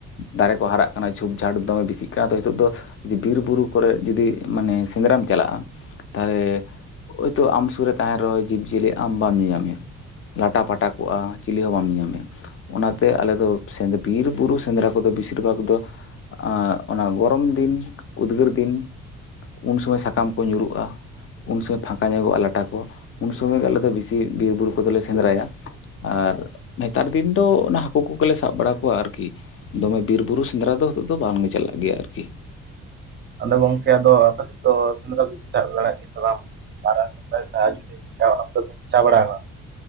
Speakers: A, on the left (about 45°); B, on the right (about 35°).
A: ᱫᱟᱨᱮ ᱠᱚ ᱦᱟᱨᱟᱜ ᱠᱟᱱᱟ ᱡᱷᱩᱯ ᱡᱷᱟᱴ ᱫᱚᱢᱮ ᱵᱮᱥᱤᱜ ᱠᱟᱱᱟ ᱛᱚ ᱱᱤᱛᱚᱜ ᱫᱚ ᱵᱤᱨ ᱵᱩᱨᱩ ᱠᱚᱨᱮ ᱡᱩᱫᱤ ᱢᱟᱱᱮ ᱥᱮᱸᱫᱽᱨᱟᱢ ᱪᱟᱞᱟᱜᱼᱟ, ᱛᱟᱦᱚᱞᱮ ᱦᱳᱭᱛᱳ ᱟᱢ ᱥᱩᱨ ᱨᱮ ᱛᱟᱦᱮᱱ ᱨᱮᱦᱚᱸ ᱡᱤᱵᱽᱼᱡᱤᱭᱟᱹᱞᱤ ᱟᱢ ᱵᱟᱢ ᱧᱮᱞ ᱧᱟᱢᱮᱭᱟ ᱞᱟᱴᱟ ᱯᱟᱴᱟ ᱠᱚᱜᱼᱟ᱾ ᱪᱤᱞᱤ ᱦᱚᱸ ᱵᱟᱢ ᱧᱮᱞ ᱧᱟᱢᱮᱭᱟ ᱚᱱᱟ ᱛᱮ ᱟᱞᱮ ᱫᱚ ᱵᱤᱨ ᱵᱩᱨᱩ ᱥᱮᱸᱫᱽᱨᱟ ᱠᱚᱫᱚ ᱵᱮᱥᱤᱨ ᱵᱷᱟᱜᱽ ᱫᱚ ᱟᱸᱜ ᱚᱱᱟ ᱜᱚᱨᱚᱢ ᱫᱤᱱ ᱩᱫᱽᱜᱟᱹᱨ ᱫᱤᱱ ᱩᱱ ᱥᱚᱢᱚᱭ ᱥᱟᱠᱟᱢ ᱠᱚ ᱧᱩᱨᱩᱜᱼᱟ ᱩᱱ ᱥᱚᱢᱚᱭ ᱯᱷᱟᱸᱠᱟ ᱧᱚᱜᱚᱜᱼᱟ ᱞᱟᱴᱟ ᱠᱚ, ᱩᱱ ᱥᱚᱢᱚᱭ ᱜᱮ ᱟᱞᱮ ᱫᱚ ᱵᱤᱥᱤ ᱵᱤᱨ ᱵᱩᱨᱩ ᱠᱚᱫᱚᱞᱮ ᱥᱮᱸᱫᱽᱨᱟᱭᱟ, ᱟᱨ ᱱᱮᱛᱟᱨ ᱫᱤᱱ ᱫᱚ ᱚᱱᱟ ᱦᱟᱹᱠᱩ ᱠᱚᱜᱮ ᱞᱮ ᱥᱟᱵ ᱵᱟᱲᱟ ᱠᱚᱣᱟ ᱟᱨᱠᱤ ᱫᱚᱢᱮ ᱵᱤᱨ ᱵᱩᱨᱩ ᱥᱮᱸᱫᱽᱨᱟ ᱫᱚ ᱱᱤᱛᱚᱜ ᱫᱚ ᱵᱟᱝᱞᱮ ᱪᱟᱞᱟᱜ ᱜᱮᱭᱟ ᱟᱨᱠᱤ᱾
B: ᱟᱫᱚ ᱜᱚᱝᱠᱮ ᱟᱫᱚ ᱟᱯᱮ ᱥᱮᱫ ᱫᱚ ᱥᱮᱸᱫᱽᱨᱟ ᱪᱟᱜ ᱵᱟᱲᱟᱜ ᱜᱮᱭᱟ ᱥᱮ ᱵᱟᱝ? <unintelligible> ᱪᱟ ᱵᱟᱲᱟ ᱟᱠᱟᱱᱟ?